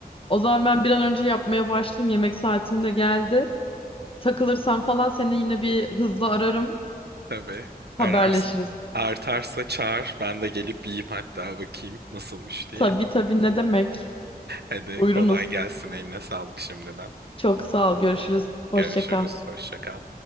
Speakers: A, on the left; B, on the right.
A: O zaman ben bir an önce yapmaya başlayayım. Yemek saatim de geldi. Takılırsam falan seni yine bir hızlı ararım.
B: Tabii ararsın.
A: Haberleşiriz.
B: Artarsa çağır. Ben de gelip yiyeyim hatta bakayım nasılmış diye.
A: Tabii tabii ne demek.
B: Hadi
A: Buyurunuz.
B: kolay gelsin. Eline sağlık şimdiden.
A: Çok sağ ol. Görüşürüz. Hoşça
B: Görüşürüz.
A: kal.
B: Hoşça kal.